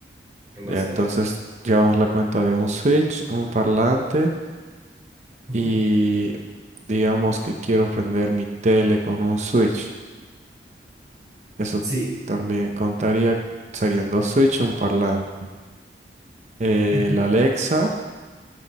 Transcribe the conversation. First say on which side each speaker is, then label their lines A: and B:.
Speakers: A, on the right; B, on the right.
A: en base
B: ya, entonces
A: a Alexa.
B: llevamos la cuenta de un Switch, un parlante
A: Ujú.
B: y digamos que quiero prender mi tele con un Switch. Eso
A: Sí,
B: también contaría, serían dos Switch, un parlante. Eh,
A: ujú.
B: la Alexa